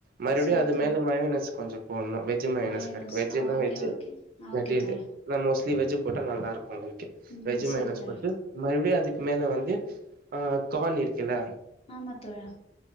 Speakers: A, on the right (about 55°); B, on the left (about 35°).
A: மறுவடியு
B: செரி
A: அது
B: தோழா
A: மேல மயோனஸ் கொஞ்சம் போட்னு வெஜ்ஜு மைனஸ்
B: மயோனஸ்
A: கெடைக்கு வெஜ்ஜுன்னா
B: ஆ ஓகே
A: வெஜ்ஜு
B: ஓகே
A: <unintelligible>
B: ஓகே தோழா
A: ந மோஸ்ட்லி வெஜ் போட்டா நல்லா இருக்கு <unintelligible>
B: ம்
A: வெஜ் மயோனஸ்
B: செரி தோழா
A: போட்டு மறுபடியு அதுக் மேல வந்து ஆ கான் இருக்கில்ல
B: ஆமா தோழா